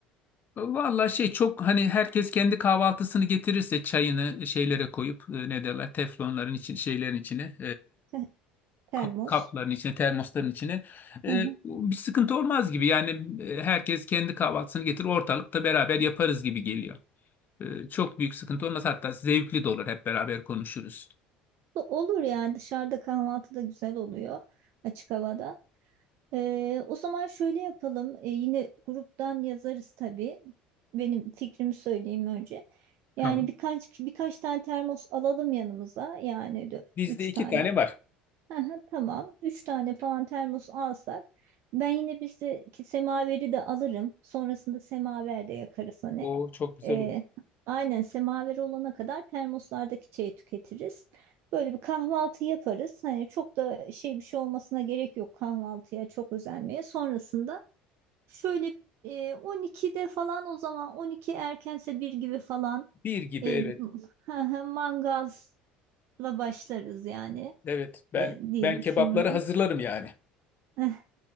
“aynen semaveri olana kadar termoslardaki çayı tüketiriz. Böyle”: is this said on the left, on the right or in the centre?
Right